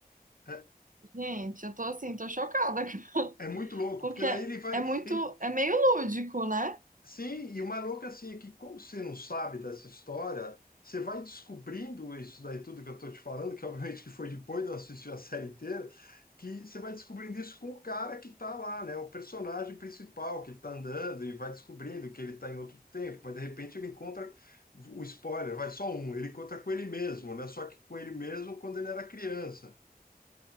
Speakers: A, on the left; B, on the right.
A: é,
B: gente, eu tô assim, tô chocada, <laughs>
A: é muito louco
B: porque
A: porque daí ele vai
B: é muito,
A: ele
B: é meio lúdico, né?
A: Sim, e o mais louco é, assim é que, como você não sabe dessa história, você vai descobrindo isso daí, tudo que eu tô te falando, que obviamente que foi depois de eu assistir a série inteira, que você vai descobrindo isso com o cara que tá lá, né? O personagem principal que tá andando e vai descobrindo que ele tá em outro tempo, mas de repente ele encontra o spoiler, vai só um, ele encontra com ele mesmo, né? Só que com ele mesmo quando ele era criança.